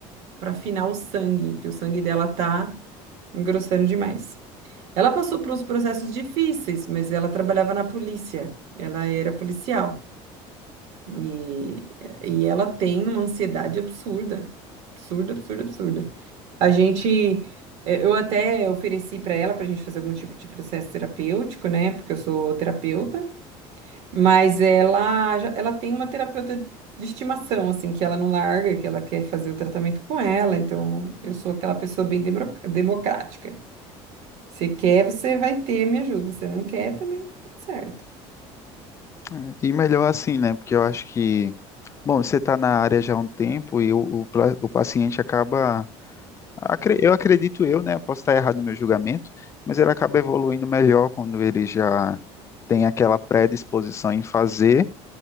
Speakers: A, on the right; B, on the left.
A: para afinar o sangue, que o sangue dela tá engrossando demais. Ela passou por uns processos difíceis, mas ela trabalhava na polícia, ela era policial. E, e ela tem uma ansiedade absurda, absurda, absurda, absurda. A gente, eh, eu até ofereci para ela para a gente fazer algum tipo de processo terapêutico, né? Porque eu sou terapeuta, mas ela, já- ela tem uma terapeuta de estimação, assim, que ela não larga, que ela quer fazer o tratamento com ela. Então, eu sou aquela pessoa bem democr- democrática. Se quer, você vai ter a minha ajuda. Se não quer, também tá tudo certo.
B: É, E melhor assim, né? Porque eu acho que, bom, você está na área já há um tempo e o, o, pla- o paciente acaba, acre- eu acredito eu, né? Posso estar errado no meu julgamento, mas ele acaba evoluindo melhor quando ele já tem aquela predisposição em fazer